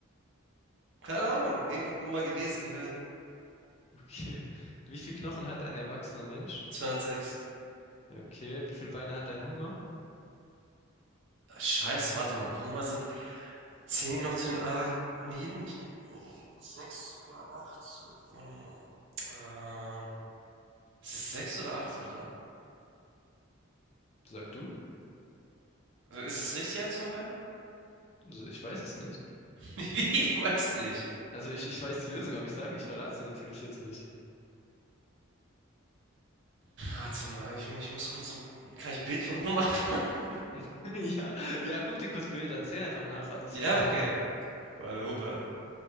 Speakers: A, on the right; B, on the left.
A: Keine Ahnung, irgendwo mal gelesen, gehört.
B: Okay. Wie viel Knochen hat ein erwachsener Mensch?
A: 206.
B: Ja, Okay. Wie viele Beine hat ein Hummer?
A: Ah, Scheiße, warte mal. Hummer sind Zählen die noch zu den Arachniden? Ich, äh, sechs oder acht? So, Warte mal. Äh, ist es sechs oder acht, oder?
B: Sag du?
A: Also ist es richtig, eins von beiden?
B: Also ich weiß es nicht.
A: <laughs> Wie, du weißt nicht.
B: Also ich, ich weiß die Lösung, aber ich sage, ich verrate sie natürlich jetzt nicht.
A: Warte mal, ich, ich muss kurz ein. Kann ich Bild von Hummer machen? <laughs>
B: <laughs> Ja, ja, guck dir kurz Bilder an, zähl einfach nach, alles
A: Ja,
B: gut.
A: okay.
B: <laughs>
A: Warte, Hummer.